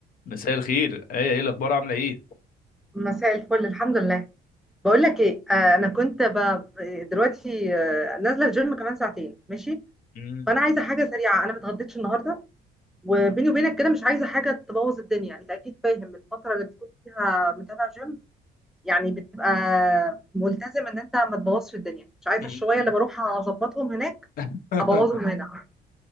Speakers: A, on the left (about 55°); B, in the centre.
A: مساء الخير ايه ايه الاخبار عامله ايه
B: مساء الفل الحمد لله بقول لك ايه آه انا كنت ب... دلوقتي آه نازله الجيم كمان ساعتين ماشي
A: مم.
B: فانا عايزه حاجه سريعه انا ما اتغديتش النهارده وبيني وبينك كده مش عايزه حاجه تبوظ الدنيا انت اكيد فاهم الفتره اللي بتكون فيها متابع جيم يعني بتبقى ملتزم ان انت ما تبوظش الدنيا مش عايزه
A: مم.
B: الشويه اللي بروح اظبطهم هناك
A: <laughs>
B: ابوظهم هنا <laughs>